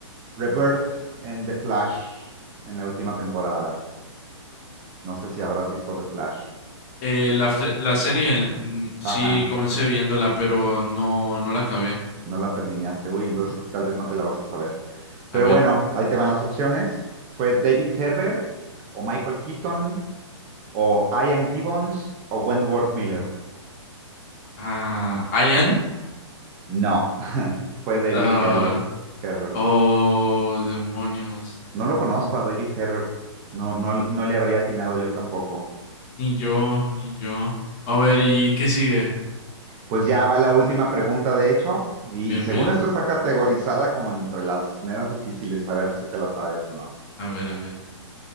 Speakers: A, on the right; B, on the left.
A: Rebirth en The Flash, en la última temporada. No sé si habrás visto The Flash.
B: Eh, la, fe- la serie mm, sí
A: Ajá,
B: comencé viéndola, pero no, no la acabé.
A: no la terminaste. Uy, entonces tal vez no te la vas a saber. Pero
B: A ver.
A: bueno, ahí te van las opciones. Fue David Herbert o Michael Keaton o Ian Gibbons o Wentworth Miller.
B: Ah, Ian.
A: No, <laughs> fue David
B: ah,
A: Herbert. Herbert.
B: oh, demonios.
A: No lo conozco a David Herbert. No, no, no le habría atinado yo tampoco.
B: Ni yo, ni yo. A ver, ¿y qué sigue?
A: Pues ya va la última pregunta, de hecho, y,
B: Bien,
A: y según
B: bien.
A: esto está categorizada como entre las menos difíciles, a ver si te la sabes o no.
B: A ver, a ver,